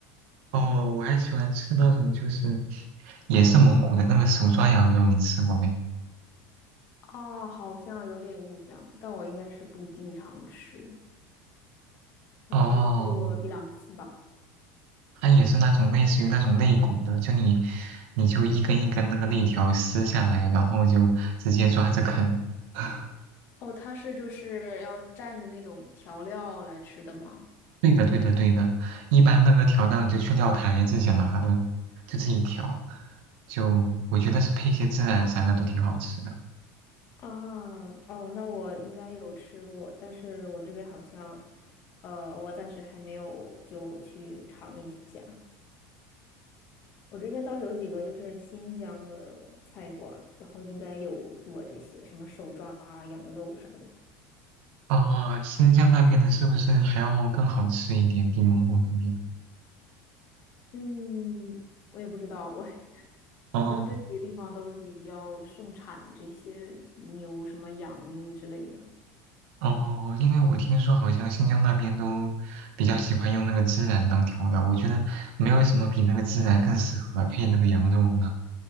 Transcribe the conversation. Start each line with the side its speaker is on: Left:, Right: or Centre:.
Right: 哦，我还喜欢吃那种就是也是蒙古的那个手抓羊肉，你吃过没？
Left: 啊，好像有点印象，但我应该是不经常吃，可能只吃过一两次吧。
Right: 哦，它也是那种类似于那种肋骨的，就你你就一根一根那个肋条撕下来，然后就直接抓着啃。<laughs>
Left: 哦，它是就是要蘸着那种调料来吃的吗？
Right: 对的，对的，对的。一般那个调料你就去料台自己拿的，就自己调。就我觉得是配一些孜然啥的都挺好吃的。
Left: 啊，哦，那我应该有吃过，但是我这边好像，呃，我暂时还没有就去尝一下。我这边倒是有几个就是新疆的菜馆，然后应该有做这些什么手抓啊羊肉啥的。
Right: 哦，新疆那边的是不是还要更好吃一点，比蒙古那边？
Left: 嗯，我也不知道，我
Right: 哦
Left: 反正这几个地方都是比较盛产这些牛、什么羊之类的。
Right: 哦，因为我听说好像新疆那边都比较喜欢用那个孜然当调料，我觉得没有什么比那个孜然更适合配那个羊肉了。